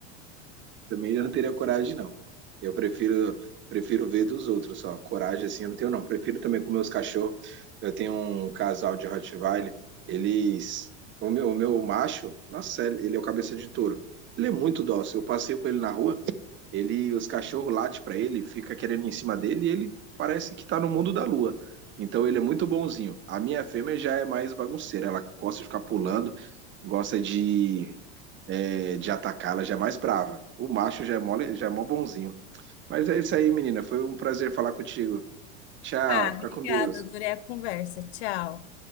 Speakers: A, on the right (about 35°); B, on the left (about 70°).
A: Também eu não teria coragem, não. Eu prefiro prefiro ver dos outros, só Coragem assim eu não tenho, não. Prefiro também com meus cachorros. Eu tenho um casal de Rottweiler, eles. O meu, o meu macho, nossa, ele é o cabeça de touro. Ele é muito dócil. Eu passeio com ele na rua, Ele, os cachorros latem para ele, fica querendo ir em cima dele e ele parece que tá no mundo da lua. Então ele é muito bonzinho. A minha fêmea já é mais bagunceira, ela gosta de ficar pulando, gosta de, é, de atacar, ela já é mais brava. O macho já é mole, já é mó bonzinho. Mas é isso aí, menina. Foi um prazer falar contigo. Tchau,
B: Ah,
A: fica
B: obrigada,
A: com Deus.
B: adorei a conversa. Tchau.